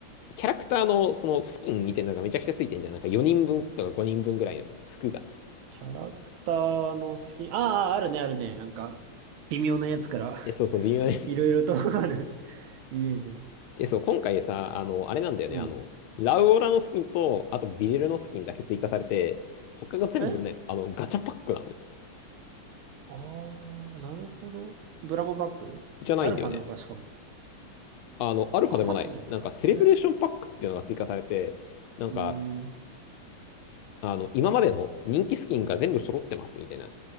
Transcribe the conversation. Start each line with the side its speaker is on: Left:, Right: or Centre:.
Left: キャラクターのそのスキンみたいなのがめちゃくちゃついてんじゃん。なんか4人分とか5人分ぐらいの服が。
Right: キャラクターの好き。ああ、あるね、あるね。なんか、微妙なやつから <laughs>
Left: え、そうそう、微妙なやつ。
Right: いろいろと <laughs> あるイメージが。
Left: え、そう、今回さ、あの、あれなんだよね。
Right: うん。
Left: あの、ラウオラのスキンと、あとビジルのスキンだけ追加されて、他が全部ね、
Right: え
Left: あの、ガチャパックなんだよ。
Right: ああー、なるほど。ブラボーバッグアルファなのか、
Left: じゃないんだよね。
Right: しかも。
Left: あの、アルファでもない。
Right: カスじゃないか。
Left: なんか、セレブレーションパックっていうのが追加されて、
Right: え
Left: なんか、
Right: えー。
Left: あの、今までの人気スキンが全部揃ってますみたいな